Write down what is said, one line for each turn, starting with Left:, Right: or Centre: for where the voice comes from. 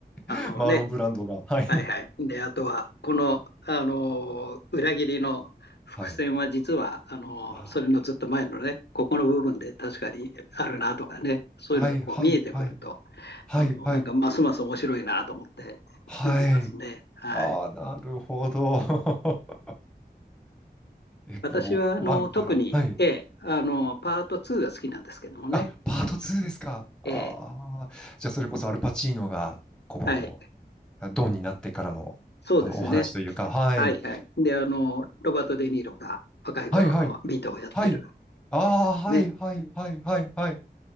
Left: あのね、
Centre: <laughs> マーロンブランドが。はい。
Left: はいはい。で、あとは、この、あのー裏切りの伏線は実は、
Centre: <laughs> はい。
Left: あのーそれのずっと前のね、
Centre: あ
Left: ここの部分で確かにあるなとかね、そういうのがこう見えてくると、
Centre: あ、はいはいはい。はいはい。
Left: あのーなんかますます面白いなと思って見ていますね。
Centre: はい。
Left: はい。
Centre: ああ、なるほど。<laughs> エコー1から。
Left: 私は、あのー特に
Centre: はい。
Left: A、あのーパート2が好きなんですけどもね。
Centre: あ、パート2ですか。ああ、
Left: A、
Centre: じゃあそれこそアルパチーノが、こ
Left: はい。
Centre: う、ドンになってからの、
Left: そうですね。
Centre: あの、お話というか、はい。
Left: はいはい。で、あのーロバート・デ・ニーロが若い頃のビートをやってる
Centre: はいはい。はい。ああ、
Left: やつですね。
Centre: はいはいはいはいはい。